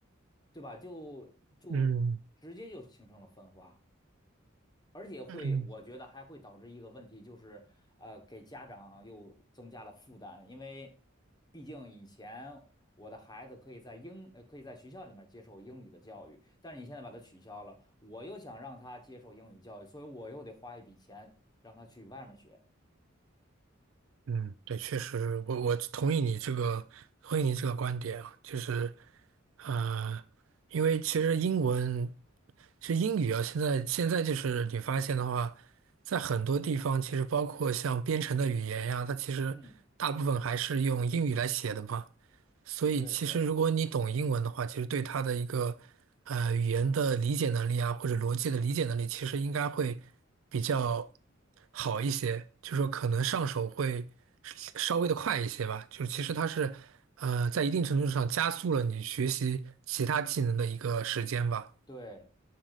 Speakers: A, on the left; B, on the right.
A: 对吧？就就直接就形成了分化。
B: 嗯
A: 而且会，
B: 嗯
A: 我觉得还会导致一个问题，就是呃，给家长又增加了负担，因为毕竟以前我的孩子可以在英，呃，可以在学校里面接受英语的教育，但是你现在把它取消了，我又想让他接受英语教育，所以我又得花一笔钱让他去外面学。
B: 嗯，对，确实，我我同意你这个，同意你这个观点啊，就是，呃，因为其实英文，其实英语啊，现在现在就是你发现的话，在很多地方，其实包括像编程的语言呀，它其实大部分还是用英语来写的嘛。
A: 嗯，
B: 所以其实如果你懂英文的话，
A: 对对
B: 其实对它的一个呃语言的理解能力啊，或者逻辑的理解能力，其实应该会比较好一些，就说可能上手会稍微的快一些吧。就是其实它是呃在一定程度上加速了你学习其他技能的一个时间吧，
A: 对。